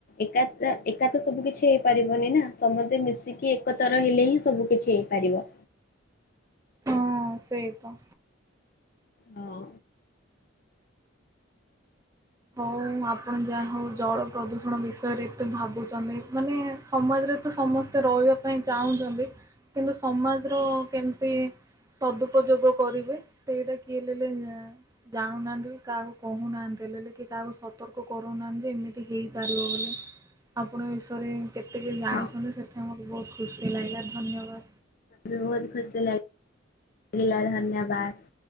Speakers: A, on the left; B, on the right.
A: ଏକାତ୍ ଏକା ତ ସବୁ କିଛି ହେଇପାରିବନି ନା ସମସ୍ତେ ମିଶିକି ଏକତର ହେଲେ ରହିଲେ ହି ସବୁ କିଛି ହେଇପାରିବ।
B: ହଁ ସେଇ ତ।
A: ହଁ।
B: ଆଉ ଆପଣ ଯାହା ହେଉ ଜଳ ପ୍ରଦୂଷଣ ବିଷୟରେ ଏତେ ଭାବୁଛନ୍ତି ମାନେ ସମାଜରେ ତ ସମସ୍ତେ ରହିବା ପାଇଁ ଚାହୁଁଛନ୍ତି କିନ୍ତୁ ସମାଜର କେମିତି ସଦୁପଯୋଗ କରିବେ ସେଇଟା କିଏଲେଲେ ଜାଉଁନାହାନ୍ତି କାହାକୁ କହୁନାହାନ୍ତି ହେଲେ ଲେ କିଏ ତାହାକୁ ସତର୍କ କରୁନାହାନ୍ତି ଯେ ଏମିତି ହେଇପାରିବ ବୋଲି। ଆପଣ ବିଷୟରେ କେତେକ ଜାଣିଛନ୍ତି
A: ହଁ।
B: ସେଥିପାଇଁ ମୋତ ବହୁତ ଖୁସି ଲାଗିଲା ଧନ୍ୟବାଦ।
A: ବି ବହୁତ ଖୁସି ଲାଗିଲା ଧନ୍ୟବାଦ।